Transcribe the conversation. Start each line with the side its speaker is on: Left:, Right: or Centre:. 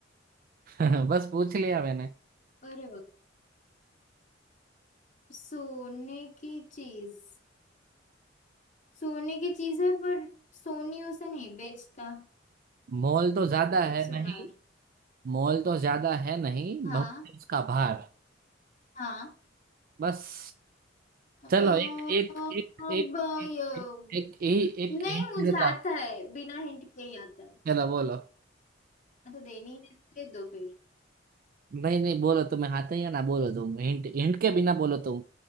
Right: <laughs> बस पूछ लिया मैंने
Left: अरे वाह सोने की चीज सोने की चीज है पर सोनी उसे नहीं बेचता
Right: मोल तो ज्यादा
Left: मतलब
Right: है
Left: सुनार
Right: नहीं मोल तो ज्यादा है नहीं
Left: हाँ
Right: बहुत है उसका भार
Left: हाँ
Right: बस
Left: अ, अब
Right: चलो एक एक एक एक एक
Left: ये-
Right: एक एक एक एक
Left: नहीं
Right: हिंट
Left: मुझे
Right: देता
Left: आता
Right: हूँ।
Left: है बिना हिंट के ही आता है
Right: चलो बोलो
Left: हाँ, तो देनी है दे दो फिर
Right: नहीं नहीं बोलो तुम्हें आता ही है ना बोलो तुम हिंट हिंट के बिना बोलो तुम